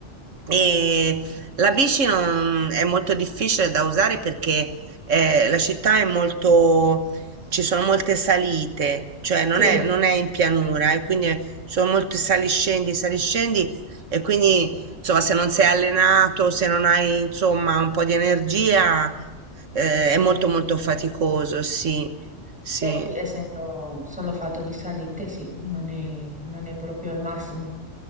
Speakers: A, on the right; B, in the centre.
A: E la bici non- è molto difficile da usare perché eh, la città è molto ci sono molte salite, cioè non
B: Sì, eh
A: è, non è in pianura, e quindi è- sono molti saliscendi, saliscendi, e quindi insomma, se non sei allenato, se non hai insomma un po' di energia, eh, è molto molto faticoso, sì, sì.
B: sì, essendo solo fatto di salite, sì, non è, non è proprio il massimo.